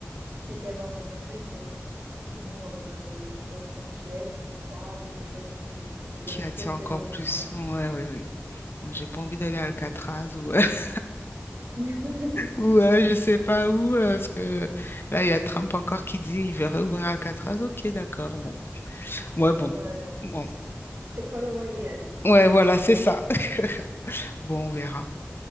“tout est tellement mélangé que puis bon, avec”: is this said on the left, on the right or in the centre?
Right